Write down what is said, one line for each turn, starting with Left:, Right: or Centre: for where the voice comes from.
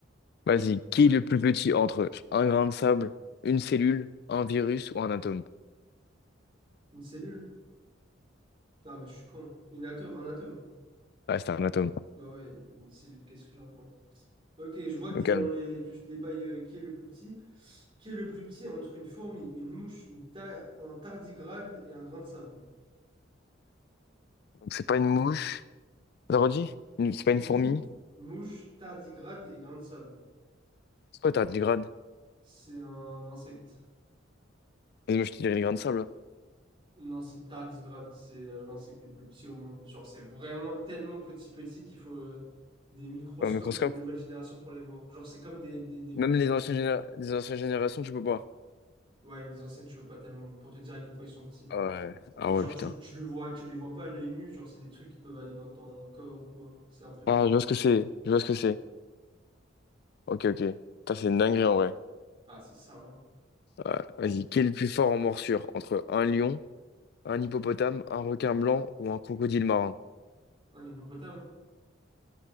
Left: Vas-y, qui est le plus petit entre un grain de sable, une cellule, un virus ou un atome?
Right: Une cellule? Ah, mais je suis con. Une atome, un atome.
Left: Ouais, c'est un atome.
Right: Bah ouais, une cellule, qu'est-ce que je raconte? Ok, je vois que
Left: Donc,
Right: t'es dans
Left: calme.
Right: les, tous les bails euh, qui est le plus petit. Qui est le plus petit entre une fourmi, une mouche, une ta- un tardigrade et un grain de sable?
Left: Donc, c'est pas une mouche. T'as redit? Une- C'est
Right: Fourmi,
Left: pas une fourmi?
Right: mouche, tardigrade et grain de sable.
Left: C'est quoi, t'as 10 grades?
Right: C'est un insecte.
Left: Vas-y, Moi, je te dirais les grains de sable.
Right: Non, c'est tardigrade, c'est euh, l'insecte le plus petit au monde. Genre, c'est vraiment tellement petit petit qu'il faut euh, des microscopes
Left: Au microscope.
Right: euh, nouvelle génération pour les voir. Genre, c'est comme des, des, des bactéries
Left: Même les anciennes,
Right: limite.
Left: généra- les anciennes générations, tu peux pas.
Right: Ouais, avec des insectes, tu peux pas tellement pour te dire à quel point ils sont petits.
Left: Ah ouais. Ah
Right: Et genre,
Left: ouais, putain.
Right: tu, tu le vois, tu les vois pas à l'œil nu, genre, c'est des trucs qui peuvent aller dans ton corps ou quoi. C'est un peu des.
Left: Ah, je vois ce que c'est. Je vois ce que c'est. Ok, ok. Putain, c'est une dinguerie en vrai.
Right: Ah, c'est ça, non?
Left: Ouais, vas-y, qui est le plus fort en morsure? Entre un lion, un hippopotame, un requin blanc ou un crocodile marin?
Right: Un hippopotame?